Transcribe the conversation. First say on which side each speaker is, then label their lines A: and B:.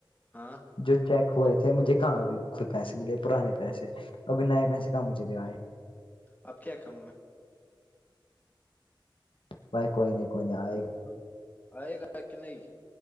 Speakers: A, on the left; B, on the left.
A: ہاں
B: جو چیک ہوئے تھے مجھے کہاں ابھی خود پیسے ملے پرانے پیسے ابھی نئے پیسے کہاں مجھے بھی آئے
A: آپ کیا کہاوں میں
B: وائی کوئی نہیں کوئی نہیں آئے گا
A: اوئے گا کہ نہیں